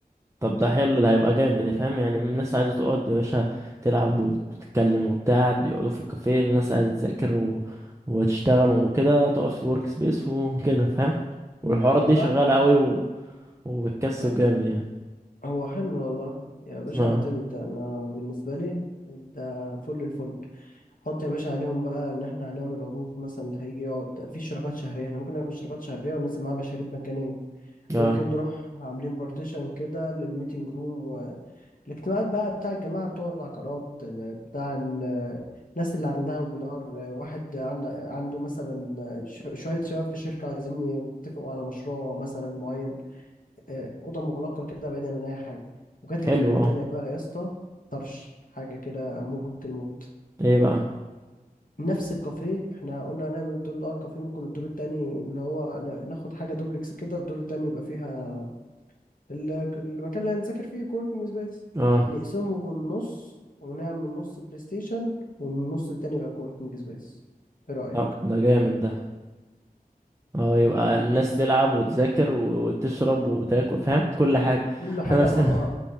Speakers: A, on the right (about 20°); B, on the left (about 60°).
A: طب ده حلو ده هيبقى جامد فاهم يعني الناس عايزة تقعد يا باشا تلعب وتتكلم وبتاع يقعدوا في الكافيه الناس عايزة تذاكر و... وتشتغل وكده تقعد في الورك سبيس وكده فاهم والحوارات دي
B: والله
A: شغالة قوي و... وبتكسب
B: أه،
A: جامد يعني
B: هو حلو والله يا باشا
A: اه
B: اعتمد ده انا بالنسبة لي ده فل الفل حط يا باشا عليهم بقى ان احنا هنعمل عروض مثلا اللي هيجي يقعد في اشتراكات شهرية احنا ممكن نعمل اشتراكات شهرية وننزل معاها مشاريب مجانية
A: اه
B: ممكن نروح عاملين بارتيشن كده للميتنج روم الاجتماعات بقى بتاع الجماعة بتوع العقارات بتاع ال- الناس اللي عندها وبنار واحد عند- عنده مثلا ش- شوية شباب في الشركة عايزين يتفقوا على مشروع مثلا معين آه، أوضة مغلقة كده بعيدا عن أي حاجة وجات
A: حلو
B: لي فكرة
A: اه
B: تانية بقى يا اسطى طرش حاجة كده موت الموت
A: ايه بقى
B: نفس الكافيه احنا قلنا هنعمل الدور الأول كافيه ممكن الدور التاني اللي هو ن- ناخد حاجة دوبلكس كده الدور التاني يبقى فيها ال- المكان اللي هنذاكر فيه كوركينج سبيس
A: اه
B: نقسمه بالنص ونعمل نص بلاي ستيشن والنص التاني يبقى كوركينج سبيس ايه رأيك
A: طب ده جامد ده اه يبقى
B: ون-
A: الناس تلعب وتذاكر وتشرب وتاكل فاهم كل حاجة
B: كل حاجة
A: في نفس
B: مع
A: ال-
B: بعض